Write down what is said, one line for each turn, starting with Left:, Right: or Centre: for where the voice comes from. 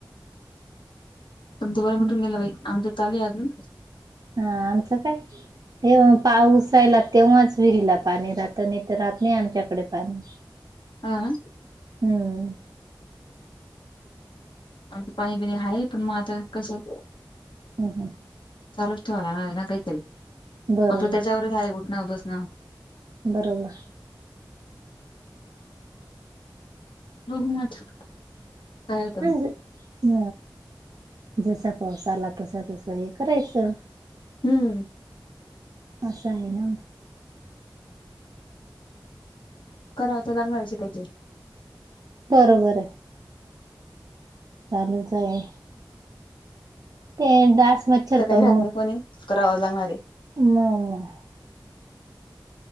Left: तमच बरं मिटून
Right: हा
Left: गेला बाई आमं चाले अजून
Right: हा आमचं काय? व्हा पाऊस आयला तेव्हाच विहिरीला पाणी राहत. नाही तर राहत नाही आमच्याकडे पाणी.
Left: आह.
Right: हम्म.
Left: आ पाणी बिनी आहेय पण मग आता कसं
Right: ह हं.
Left: चालच ठेवाला ना काहीतरी
Right: बरोबर
Left: आपलं त्याच्यावरच आहे. उठणं बसणं
Right: बरोबर.
Left: बघू मग आता. काय होतं
Right: ह ह जसा पाऊस आला तसा तसा हे करायचं.
Left: हम्म.
Right: असं आहे ना.
Left: कराव तरं लागणार शिकायची.
Right: बरोबर आहे. चालूच आहे. ते डास मच्छर
Left: तर काही
Right: पण
Left: राहत नाही कोणी करावं लागणारे.
Right: <unintelligible>